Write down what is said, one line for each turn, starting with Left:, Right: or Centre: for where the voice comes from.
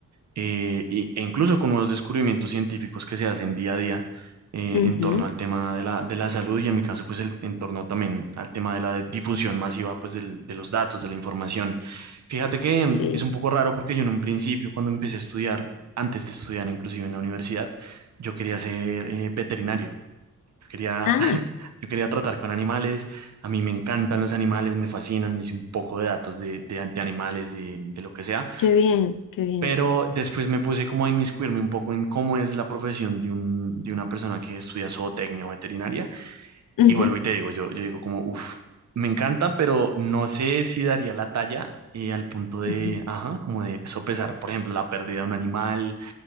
Right: eh, y- e incluso con nuevos descubrimientos científicos que se hacen día a día eh,
Left: Ujú,
Right: en torno al tema de la, de la salud y en mi caso pues el, en torno también al tema de la difusión masiva pues del- de los datos, de la información. Fíjate que
Left: sí.
Right: mm, es un poco raro porque yo en un principio cuando empecé a estudiar, antes de estudiar inclusive en la universidad, yo quería ser eh, veterinario. Quería,
Left: Ah,
Right: <laughs> yo quería tratar con animales, a mí me encantan los animales, me fascinan, me hice un poco de datos de, de- de animales, de, de lo que sea,
Left: qué bien, qué bien.
Right: pero después me puse como a inmiscuirme un poco en cómo es la profesión de, un, de una persona que estudia zootecnia o veterinaria,
Left: Ujú,
Right: y vuelvo y te digo, yo, yo digo como, uff, me encanta, pero no sé si daría la talla eh, al punto de,
Left: ujú.
Right: ajá, como de sopesar, por ejemplo, la pérdida de un animal